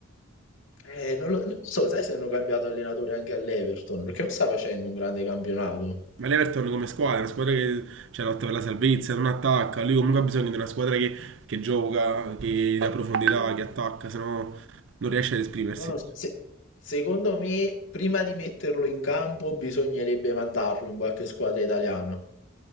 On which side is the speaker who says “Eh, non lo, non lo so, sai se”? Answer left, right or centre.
Left